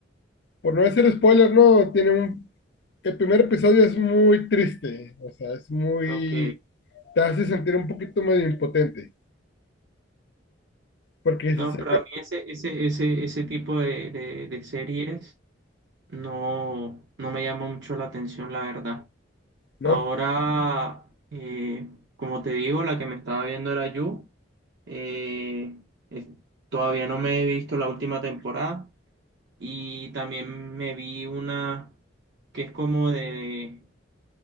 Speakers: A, on the left; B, on the right.
A: por no decir spoiler, ¿no? Tiene un, el primer episodio es muy triste, o sea, es muy,
B: Ok.
A: te hace sentir un poquito medio impotente, porque
B: No,
A: se acerca,
B: pero a mí ese, ese, ese, ese tipo de, de, de series no, no me llama mucho la atención, la verdad.
A: ¿no?
B: Ahora, eh, como te digo, la que me estaba viendo era You. Eh, es- todavía no me he visto la última temporada y también me vi una que es como de,